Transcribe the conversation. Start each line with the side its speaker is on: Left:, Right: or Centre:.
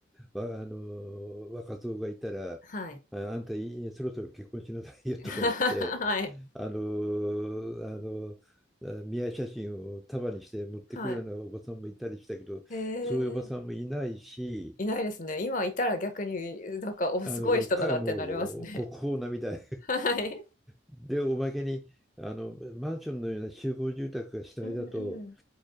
Centre: わ、あの、若造がいたら、
Left: はい
Centre: あ、あんたいいそろそろ結婚しなさいよとか言って、
Left: <laughs> はい
Centre: あの、あの、あ見合い写真を束にして持ってくるようなおばさんもいたりしたけど、
Left: はいへえ
Centre: そういうおばさんもいないし、
Left: いないですね。今いたら逆に、なんか、お、
Centre: あの、
Left: すごい人だなってなりますね。
Centre: か、もう国宝なみたい。
Left: <laughs> はい。
Centre: で、おまけに、あの、マンションのような集合住宅が主体だと、
Left: うんうん。